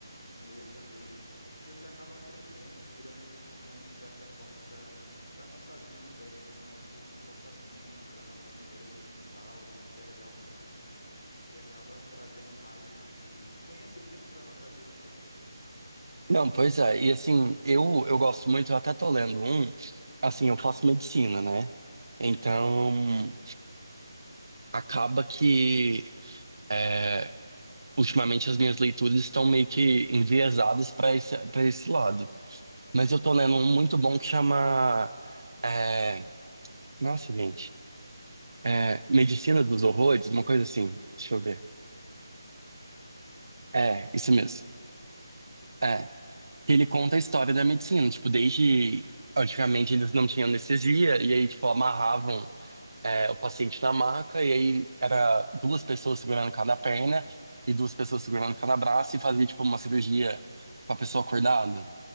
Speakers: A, on the left (about 70°); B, on the right (about 65°).
A: em ler também, porque você acaba aprendendo, tirando lições de certa forma para para nossa vida, para o nosso comportamento, para nossa maneira de pensar ou de enxergar o mundo e acaba trazendo mais desse conhecimento para a nossa vida mesmo.
B: Não, pois é. E assim, eu, eu gosto muito, eu até tô lendo um, assim, eu faço medicina, né? Então, acaba que é, ultimamente as minhas leituras estão meio que enviesadas para esse, para esse lado. Mas eu tô lendo um muito bom que chama. é, nossa, gente. é, Medicina dos Horrores, uma coisa assim. Deixa eu ver. É, isso mesmo. É, que ele conta a história da medicina, tipo, desde antigamente eles não tinham anestesia, e aí, tipo, amarravam é, o paciente na maca, e aí era duas pessoas segurando cada perna e duas pessoas segurando cada braço, e fazia, tipo, uma cirurgia com a pessoa acordada.